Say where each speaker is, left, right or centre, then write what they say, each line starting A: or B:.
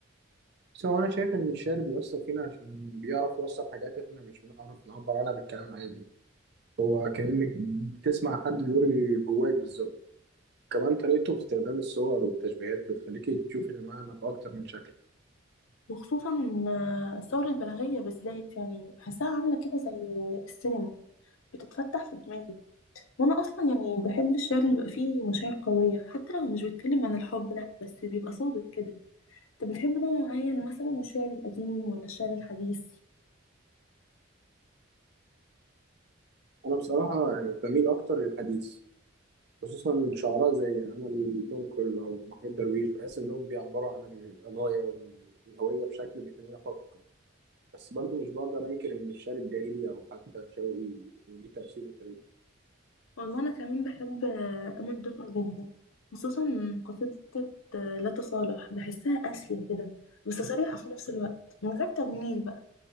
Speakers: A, on the right; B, on the left.
A: بس هو أنا شايف إن الشعر بيأثر فينا عشان بيعرف يوصل حاجات إحنا مش بنعرف نعبر عنها بالكلام العادي هو كأنك بتسمع حد بيقول اللي جواك بالظبط كمان طريقته في استخدام الصور والتشبيهات بتخليكي تشوفي المعنى بأكتر من شكل
B: وخصوصا آه، الثوره البلاغيه بالذات يعني بحسها عامله كده زي السينما بتتفتح في دماغي وانا اصلا يعني بحب الشعر اللي بيبقى فيه مشاعر قويه حتى لو مش بيتكلم عن الحب لا بس بيبقى صادق كده انت بتحب نوع معين مثلا من الشعر القديم ولا الشعر الحديث
A: أنا بصراحة يعني بميل أكتر للحديث خصوصا شعراء زي أمل دنكل أو محمود درويش بحس إنهم بيعبروا عن القضايا والهوية بشكل بيخليني أفكر بس برضه مش بقدر أنكر إن الشعر الجاهلي أو حتى شوقي وليه تأثير وطريقته
B: والله انا كمان بحب آه، امل دنقل جدا خصوصا قصيدة آه، لا تصالح بحسها قاسية كده بس صريحة في نفس الوقت من غير تجميل بقى